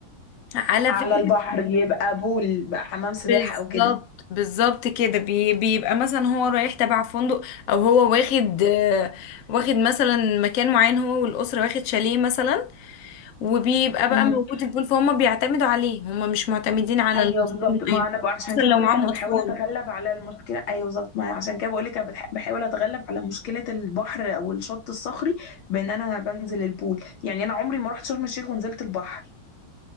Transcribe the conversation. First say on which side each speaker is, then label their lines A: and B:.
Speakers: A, on the left; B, on the left.
A: على
B: على
A: فكره
B: البحر يبقى بول بقى حمام سباحة
A: بالظبط
B: أو كده
A: بالظبط كده بي بيبقى مثلا هو رايح تبع فندق او هو واخد آه، واخد مثلا مكان معين هو والاسره واخد شاليه مثلا وبيبقى بقى
B: امم
A: موجود البول فهم بيعتمدوا عليه هم مش معتمدين على
B: ايوه
A: المصريين
B: بالظبط ما انا بقى عشان
A: خصوصا
B: كده
A: لو
B: بقول
A: معاهم
B: لك انا بحاول
A: اطفال
B: اتغلب على المشكله ايوه بالظبط ما عشان كده بقول لك انا بتح- بحاول اتغلب على مشكله البحر او الشط الصخري بان انا بنزل البول يعني انا عمري ما رحت شرم الشيخ ونزلت البحر